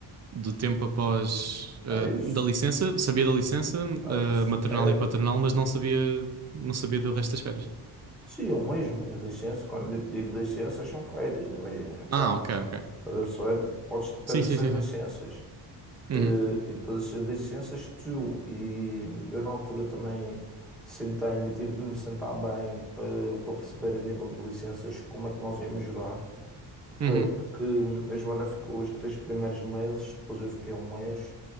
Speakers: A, on the right; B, in the centre.
A: do tempo após, uh,
B: é isso?
A: da licença, sabia da licença, uh,
B: É, isso.
A: maternal
B: É-
A: e paternal, mas não sabia, não sabia do resto das férias.
B: sim, eu mesmo, as licenças, quando eu digo licenças, são férias, imagina, pá.
A: Ah, ok, ok.
B: Estás a perceber? Podes, tens
A: Sim,
B: essas
A: sim, sim,
B: licenças.
A: sim. Uhum,
B: Eh, e depois essas licenças tu. E eu na altura também sentei-me, tive de me sentar bem para, para perceber a nível de licenças como é que nós íamos jogar. porque
A: uhum.
B: Porque hum, a Joana ficou os três primeiros meses, depois eu fiquei um mês.